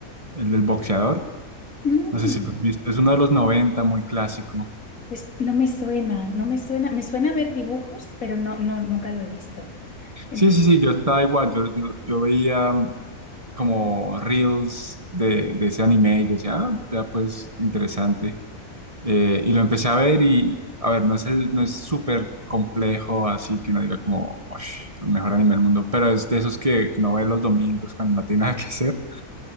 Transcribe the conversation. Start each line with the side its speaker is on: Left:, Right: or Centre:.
Right: el del boxeador.
Left: Mm,
Right: No sé si lo has visto, es uno de los 90, muy clásico.
Left: pues no me suena, no me suena. Me suena ver dibujos, pero no, no, nunca lo he visto. Ento-
Right: Sí, sí, sí, yo estaba igual, yo, yo, yo veía mm, como reels de, de ese anime y yo decía, ah, ya pues interesante. Eh, y lo empecé a ver y, a ver, no es el, no es súper complejo, así que uno diga como, "Ush, el mejor anime del mundo, pero es de esos que, que uno ve los domingos cuando no tiene <laughs> nada que hacer.